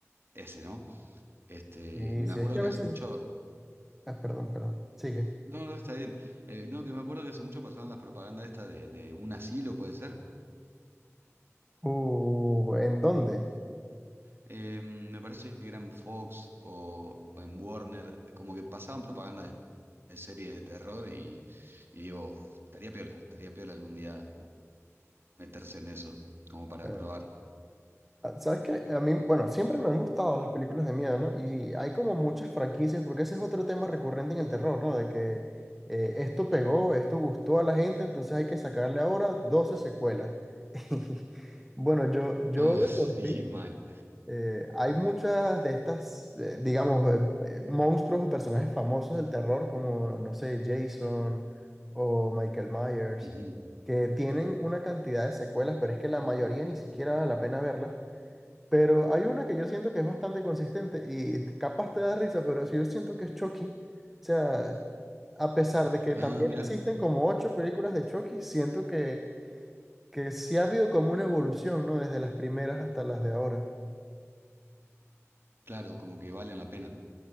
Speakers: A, on the right; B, in the centre.
A: ese, ¿no? Este,
B: Y
A: me
B: si
A: acuerdo
B: es que
A: que
B: a veces...
A: hace mucho,
B: Ah, perdón, perdón. Sigue.
A: no, no, está bien, Eh, no, que me acuerdo que hace mucho pasaban las propagandas esta de, de un asilo, puede ser,
B: Uh, ¿en dónde?
A: Eh, me parece que era en Fox o, o en Warner, como que pasaban propaganda de, de series de terror y, y digo, "Uf, estaría piola, estaría piola algún día meterse en eso, como para
B: Eh,
A: probar.
B: ah, ¿Sabes qué? A mí, bueno, siempre me han gustado las películas de miedo, ¿no? Y hay como muchas franquicias, porque ese es otro tema recurrente en el terror, ¿no? De que eh, esto pegó, esto gustó a la gente, entonces hay que sacarle ahora 12 secuelas. <laughs> Y, Bueno, yo, yo
A: Ah,
B: de
A: <laughs> sí,
B: por sí,
A: mal.
B: Eh, hay muchas de estas, eh, digamos, eh, eh, monstruos o personajes famosos del terror, como, no sé, Jason o Michael Myers,
A: Ujú.
B: que tienen una cantidad de secuelas, pero es que la mayoría ni siquiera vale la pena verlas. Pero hay una que yo siento que es bastante consistente y t- capaz te da risa, pero si yo siento que es Chucky. O sea, a pesar de que
A: Ah,
B: también
A: mirá.
B: existen como ocho películas de Chucky, siento que, que sí ha habido como una evolución, ¿no? Desde las primeras hasta las de ahora.
A: Claro, como que valen la pena.